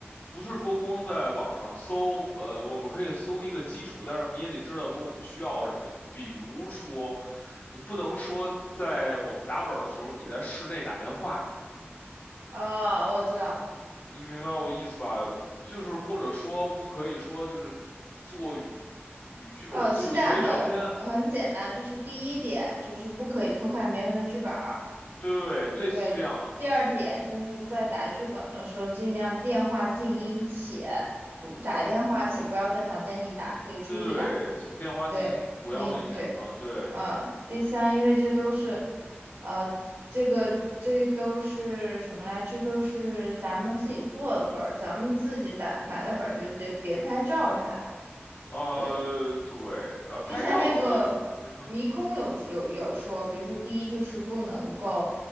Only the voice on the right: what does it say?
哦，我知道，
嗯，
呃，是这样的，
很简单，就是第一点就是不可以偷看别人的剧本儿，
对。第二点就是在打剧本的时候，尽量电话静音且不打电话，且不要在房间里打，可以出去打。
对，因对，
嗯，第三，因为这都是，呃，这个这都是什么来？这都是咱们自己做的本儿，咱们自己打买的本儿，就别别拍照啥的。
对，
之前那个迷空有有有说，
比如说第一就是不能够，